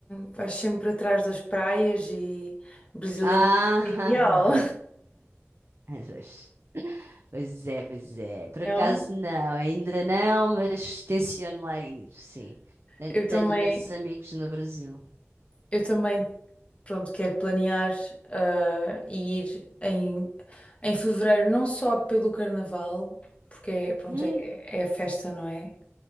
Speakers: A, on the left; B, on the right.
A: vais sempre atrás das praias e o Brasil
B: Ah,
A: é ideal,
B: <laughs> Às vezes. Pois é, pois é. Por
A: <laughs>
B: acaso
A: não?
B: não, ainda não, mas tenciono lá ir, sim. Tenho,
A: Eu
B: tenho
A: também,
B: imensos amigos no Brasil.
A: eu também, pronto, quero planear ah, e ir em, em fevereiro, não só pelo carnaval, porque é, pronto,
B: Hum,
A: é, é a festa, não é?